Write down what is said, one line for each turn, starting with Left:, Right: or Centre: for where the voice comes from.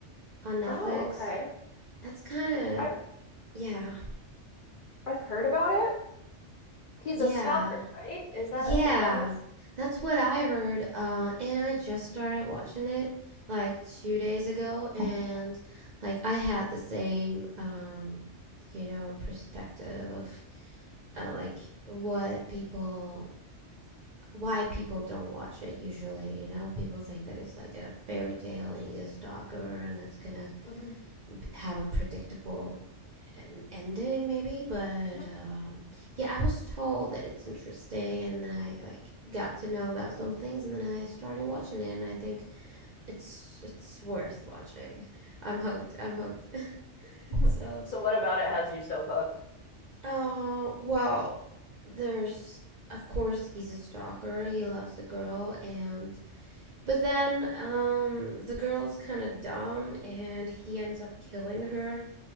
Right: on Netflix.
Left: Oh, okay.
Right: That's kind of
Left: I
Right: yeah.
Left: I've heard about it. He's
Right: Yeah.
Left: a stalker, right? Is that
Right: Yeah,
Left: the premise?
Right: that's what I heard. Uh, and I just started watching it like two days ago, and like I had the same, um, you know, perspective of uh, like what people, why people don't watch it usually. You know, people think that it's like a fairy tale and he's a stalker and that's gonna
Left: Mhm.
Right: have a predictable ending maybe but
Left: Mhm.
Right: um yeah i was told that it's interesting and then i like got to know about some things and then i started watching it and i think it's it's worth watching i'm hooked i'm hooked
Left: <laughs>
Right: <laughs> so
Left: So what about it has you so hooked?
Right: uh well there's of course he's a stalker he loves the girl and but then um the girl's kind of dumb and he ends up killing her